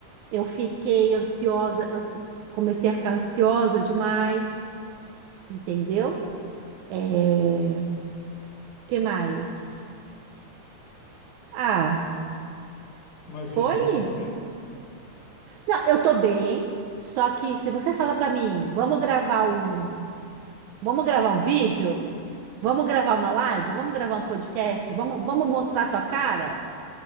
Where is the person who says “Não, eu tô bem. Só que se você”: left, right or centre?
Right